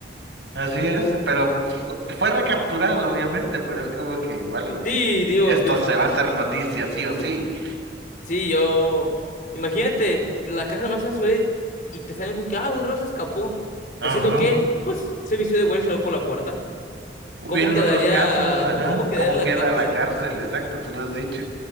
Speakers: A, on the right; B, on the left.
A: Así es, pero fu- fue recapturado, obviamente, pero es como que, vale,
B: Sí, digo,
A: esto
B: digo,
A: se va a hacer noticia, sí o sí.
B: sí, yo. Imagínate, la casa de máxima seguridad y te salen con que, ah, un reo se escapó. ¿Haciendo
A: Ajá.
B: qué? Pues se vistió de güey y se lo por la puerta.
A: Hubieron
B: ¿Cómo quedaría,
A: otros casos, ajá,
B: <laughs> cómo quedaría
A: ¿cómo
B: la
A: queda
B: cárcel?
A: la cárcel? Exacto, tú lo has dicho.